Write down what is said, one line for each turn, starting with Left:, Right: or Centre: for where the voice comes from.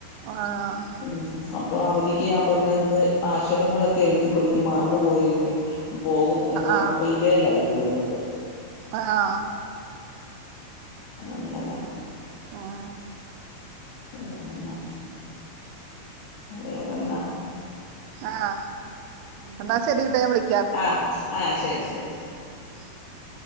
Right: ആഹ്
Left: ഉം അപ്പ അവധിക്ക് ഞാ പറഞ്ഞത് ന്ന് അക്ഷരങ്ങളൊക്കെ എഴുതി പഠിക്കും മറന്നു പോയേന്റെ പോകും എന്ന് പറഞ്ഞപ്പേ
Right: ആഹ്
Left: ഇതേല്ല എഴ്ത് തന്നത്.
Right: ആഹ്
Left: അങ്ങനെ
Right: ആഹ്
Left: വേറെന്നാ വേറെന്നാ?
Right: ആഹ് ന്നാശെരിട്ട ഞാൻ വിളി
Left: ആഹ് ആഹ് ശെരി ശെര് ശെ
Right: ഉം